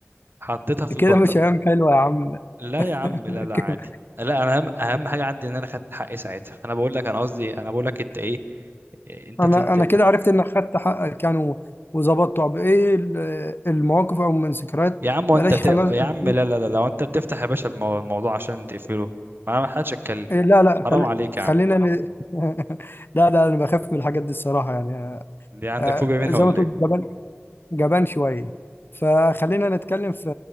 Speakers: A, on the right; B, on the left.
A: حطيتها في البنطلون
B: كده مش ايام حلوه يا عم
A: لا يا عم
B: <laughs>
A: لا لا
B: كده.
A: عادي لا انا اهم اهم حاجه عندي ان انا خدت حقي ساعتها فانا بقول لك انا قصدي انا بقول لك انت ايه انت
B: انا
A: انت
B: انا كده عرفت انك خدت حقك يعني و- وظبطت طب ايه ال- المواقف او من ذكريات
A: يا عم وانت
B: بلاش
A: بت...
B: خلاص
A: يا عم
B: <laughs>
A: لا لا لا لو انت بتفتح يا باشا المو- الموضوع عشان تقفله ما ما حدش اتكلم
B: إيه لا لا
A: حرام
B: خل...
A: عليك يا
B: خلينا
A: عم
B: ن... <laughs> لا لا انا بخاف من الحاجات دي الصراحه يعني آه،
A: دي عندك
B: آه،
A: فوبيا منها
B: زي
A: ولا
B: ما تقول
A: ايه
B: جبان جبان شويه فخلينا نتكلم في